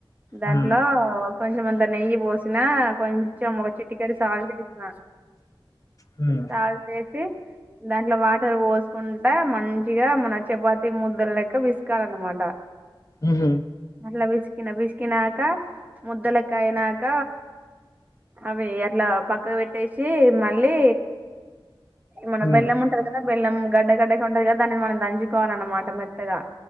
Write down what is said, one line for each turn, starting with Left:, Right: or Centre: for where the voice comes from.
Right: దాంట్లో
Left: హ్మ్
Right: కొంచం అంత నెయ్యి పోసిన కొం చం ఒక చిటికెడు సాల్ట్ వేసిన
Left: హ్మ్
Right: సాల్ సి దాంట్లో వాటర్ పోసుకుంట మంచిగా మన చపాతీ ముద్దలు లెక్క పిసుకాలి అన్నమాట
Left: ఊహు
Right: అట్లా పిసికినా పిసికినాక ముద్దలెక్క అయినాక అవి అట్లా పక్క పెట్టేసి మళ్ళీ మన
Left: హ్మ్.
Right: బెల్లం ఉంటాది కదా బెల్లం గడ్డ గడ్డకే ఉంటంది కని దాన్ని మనం దంచుకోవాలన్నమాట మెత్తగా